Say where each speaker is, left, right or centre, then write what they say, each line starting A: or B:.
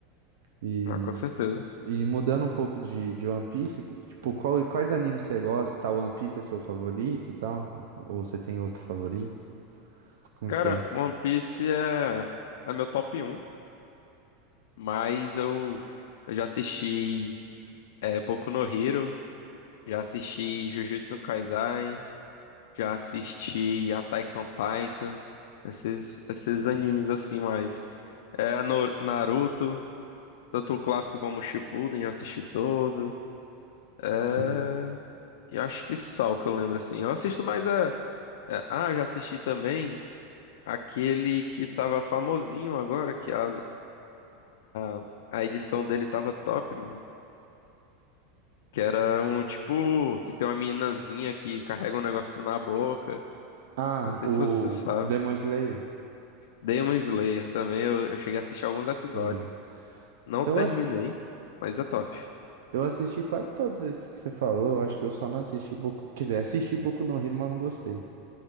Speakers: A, on the right; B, on the left.
A: E
B: Ah, com certeza.
A: E mudando um pouco de, de One Piece, tipo, qual- quais animes você gosta? Tá, One Piece é seu favorito e tal? Ou você tem outro favorito? Como
B: Cara,
A: que é?
B: One Piece é, é meu top um, mas eu, eu já assisti é, Boku no Hero, já assisti Jujutsu Kaisen, já assisti Attack on Titans, esses, esses animes assim mais. É no- Naruto, tanto o clássico como o Shippuden, já assisti todo. É,
A: Sim.
B: eu acho que só o que eu lembro assim. Eu assisto mais a, é, ah, já assisti também aquele que tava famosinho agora, que a, a, a edição dele tava top, mano. Que era um tipo que tem uma meninazinha que carrega um negócio na boca.
A: Ah,
B: Não sei
A: o
B: se você sabe.
A: Demon Slayer.
B: Demon Slayer também, eu, eu cheguei a assistir alguns episódios.
A: Sim.
B: Não
A: Eu,
B: terminei,
A: ass-
B: mas é top.
A: eu assisti quase todos esses que você falou. Eu acho que eu só não assisti Boku. Quer dizer, assisti Boku no Hero, mas eu não gostei.